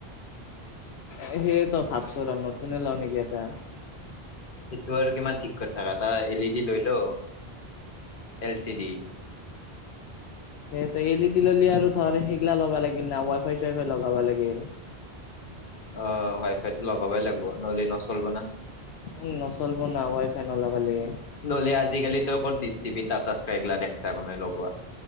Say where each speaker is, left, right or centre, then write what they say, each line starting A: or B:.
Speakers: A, on the left (about 80°); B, on the left (about 55°).
A: সেই সি ত ভাবছো আৰু নতুনে লও নেকি এটা?
B: সেইটো আৰু কিমান ঠিক কথা এটা এল ই ডি লৈ লও। L C D.
A: সেই এল ই ডি ললি আৰু ধৰ সেইগিলা লা লাগিল না ৱাই ফাই চাইফাই লগাবা লাগি।
B: অ ওৱাই ফাইটো লগাবই লাগিব নহলে নচলিব না।
A: উম নচলব না ৱাই ফাই নলগালে।
B: নহলে আজিকালিতো ক'ত দৃষ্টিপি, টাটা স্কাই এইগিলা দেখচা মানে লগোৱা।